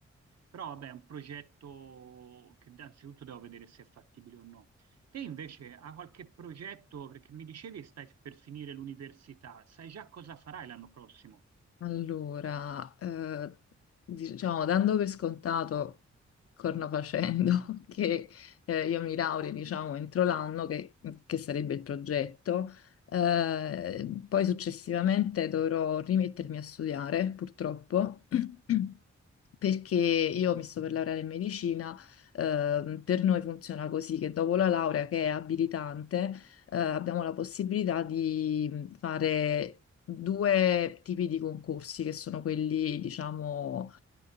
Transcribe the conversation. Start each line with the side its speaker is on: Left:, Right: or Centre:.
Right: Però vabbè, è un progetto che innanzitutto devo vedere se è fattibile o no. Te invece hai qualche progetto, perché mi dicevi stai per finire l'università, sai già cosa farai l'anno prossimo?
Left: Allora, eh, diciamo, dando per scontato, corna facendo, <laughs> che eh, io mi laurei, diciamo, entro l'anno, che, che sarebbe il progetto, eh, poi successivamente dovrò rimettermi a studiare, purtroppo, <clears throat> perché io mi sto per laureare in medicina, eh, per noi funziona così che dopo la laurea, che è abilitante, eh, abbiamo la possibilità di fare due tipi di concorsi che sono quelli, diciamo,